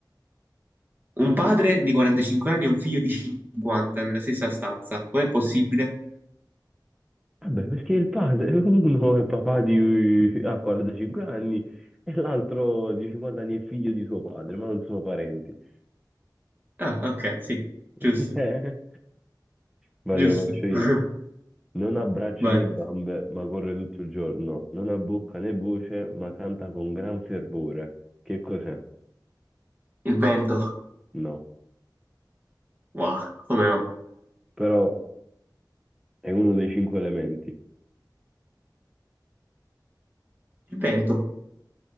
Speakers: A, on the right (about 25°); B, in the centre.
A: Un padre di 45 anni e un figlio di 50 nella stessa stanza. Com'è possibile?
B: Vabbè, perché il padre, <laughs> uno è papà di, ha 45 anni e l'altro di 50 anni è figlio di suo padre, ma non sono parenti. <laughs>
A: Ah, ok, sì, giusto,
B: Cioè, Vai,
A: giusto.
B: te lo faccio io.
A: <laughs>
B: Non ha braccia
A: Vai.
B: né gambe, ma corre tutto il giorno. Non ha bocca né voce, ma canta con gran fervore. Che cos'è?
A: Il vento.
B: No.
A: Wow, come no?
B: Però è uno dei cinque elementi.
A: Il vento.